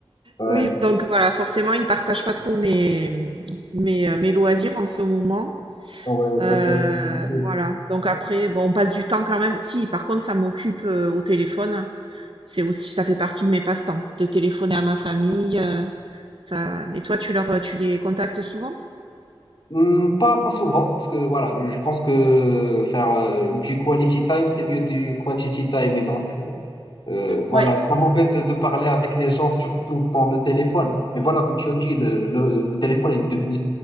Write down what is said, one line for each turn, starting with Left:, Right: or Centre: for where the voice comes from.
Left: Ouais,
Right: Oui, donc voilà, forcément, ils partagent pas trop mes, mes, euh, mes loisirs en ce moment.
Left: ouais, ouais,
Right: Euh,
Left: ça peut être difficile.
Right: voilà. Donc
Left: Ouais.
Right: après, bon, on passe du temps quand même. Si, par contre, ça m'occupe euh, au téléphone. C'est aussi, ça fait partie de mes passe-temps, de téléphoner à ma famille. euh, ça... Et toi, tu leur, euh, tu les contactes souvent?
Left: Hmm, pas, pas souvent, parce que voilà, je pense que faire euh, du quality time, c'est mieux du quantity time. Et donc, Euh, voilà,
Right: Ouais.
Left: ça m'embête de, de parler avec les gens, surtout dans le téléphone. Mais voilà, comme tu as dit, le, le, le téléphone est devenu,